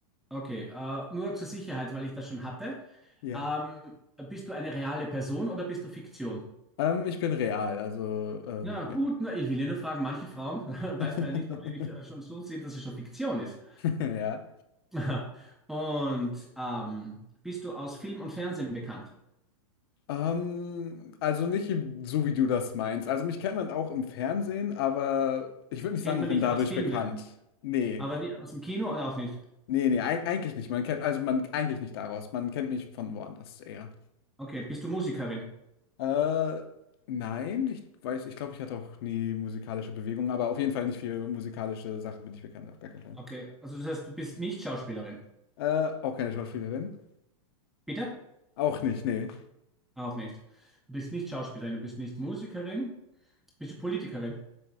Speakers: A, in the centre; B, on the left.
A: Okay, äh, nur zur Sicherheit, weil ich das schon hatte.
B: Ja.
A: Ähm, bist du eine reale Person oder bist du Fiktion?
B: Ähm, ich bin real, also ähm,
A: Ja, gut,
B: ja.
A: na, ich will ja nur fragen, manche Frauen <laughs> weiß
B: <laughs>
A: man ja nicht, ob sie nicht äh, schon so sind, dass es schon Fiktion ist.
B: Ja.
A: <laughs> Und ähm, bist du aus Film und Fernsehen bekannt?
B: Ähm, also nicht so, wie du das meinst. Also mich kennt man auch im Fernsehen, aber ich würde nicht
A: Kennt
B: sagen, ich
A: man
B: bin
A: dich
B: dadurch
A: aus Filmen,
B: bekannt. Nee,
A: aber nie- aus dem Kino oder auch nicht?
B: nee, nee, eig- eigentlich nicht. Man kennt, also man eigentlich nicht daraus. Man kennt mich von woanders eher.
A: Okay, bist du Musikerin?
B: Äh, nein, ich weiß, ich glaube, ich hatte auch nie musikalische Bewegung, aber auf jeden Fall nicht für musikalische Sachen bin ich bekannt, auf gar keinen Fall.
A: Okay, also das heißt, du bist nicht Schauspielerin.
B: Äh, auch keine Schauspielerin.
A: Bitte?
B: Auch nicht, nee.
A: Auch nicht. Du bist nicht Schauspielerin, du bist nicht Musikerin. Bist du Politikerin?